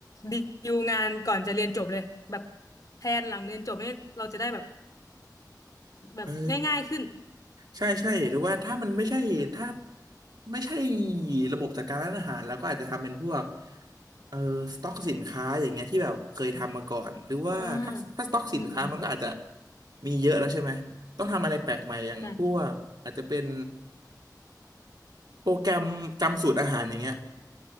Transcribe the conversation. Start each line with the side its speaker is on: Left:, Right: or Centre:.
Left: ดีลงานก่อนจะเรียนจบเลยแบบแพลนหลังเรียนจบนี่เราจะได้แบบแบบง่ายๆขึ้น
Right: เออ ใช่ใช่หรือว่าถ้ามันไม่ใช่ถ้าไม่ใช่ระบบจัดการร้านอาหารแล้วก็อาจจะทำเป็นพวกเออสต็อกสินค้าอย่างเงี้ยที่แบบเคยทำมาก่อนหรือว่าถ้าถ้าสต็อกสินค้ามันก็อาจจะ
Left: อ่าอืมอืม
Right: มีเยอะแล้วใช่ไหมต้องทำอะไรแปลกใหม่อย่างพวกอาจจะเป็น
Left: ใช่ใช่
Right: โปรแกรมจำสูตรอาหารอย่างเงี้ย